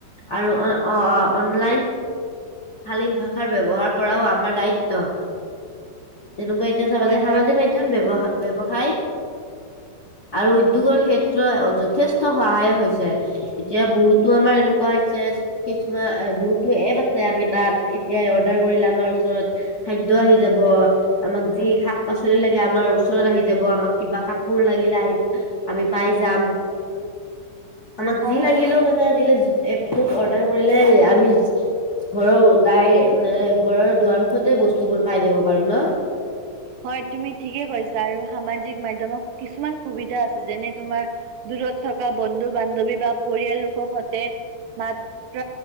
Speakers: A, on the left; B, on the right.
A: আৰু অ অনলাইন শালিন ভাষাৰ ব্যৱহাৰ কৰাও আমাৰ দায়িত্ব। ত তেনেকুৱা এতিয়া চাবা
B: হয়
A: যে সামাজিক
B: হয়
A: মাধ্যম ব্যৱসা ব্যৱসায় আৰু উদ্যোগৰ ক্ষেত্ৰত যথেষ্ট সহায়ক হৈছে এতিয়া বহুতো আমাৰ এনেকুৱা হৈছে কিছুমান বহুতো এপ আছে আমি তাত এতিয়া অৰ্ডাৰ কৰিলে আমাৰ ওচৰত খাদ্য আহি যাব, আমাক যি শাক পাচলি লাগে আমাৰ ওচৰত আহি যাব, আমাক কিবা কাপোৰ লাগিলে আহি আমি পাই যাম, আমাক
B: হয়
A: যি
B: হয়
A: লাগিলেও
B: তুমি
A: মানে আজিকালি এপটোত অৰ্ডাৰ কৰিলে আমি ঘৰৰ ডাই মানে ঘৰৰ দুৱাৰ মুখতে বস্তুবোৰ পাই যাব পাৰো ন।
B: হয় তুমি ঠিকে কৈছা আৰু সামাজিক মাধ্যমত কিছুমান সুবিধা আছে। যেনে তোমাৰ দূৰত থকা বন্ধু বান্ধৱী বা পৰিয়াল লোকৰ সতে মাত্ৰ